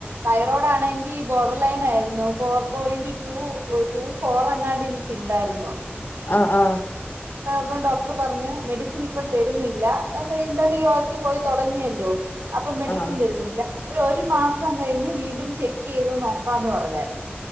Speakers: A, on the right; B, on the left.
A: തൈറോഡാണങ്കി ബോർഡർ ലൈൻ ആയിരുന്നു four point two two four എങ്ങാണ്ട് എനിക്ക് ഇണ്ടാരുന്നോ
B: ആഹ് ആഹ്
A: ഇപ്പം ഡോക്ടറ് പറഞ്ഞ് മെഡിസിൻ ഇപ്പ തരുന്നില്ല എന്തായാലും യോഗക്ക് പോയ് തൊടങ്ങി അല്ലോ അപ്പൊ മെഡിസിൻ
B: ആഹ്
A: തരുന്നില്ല ഒര് ഒരു മാസം കഴിഞ്ഞ് വീണ്ടും ചെക്ക് ചെയ്തു നോക്കാന്ന് പറഞ്ഞാരുന്നു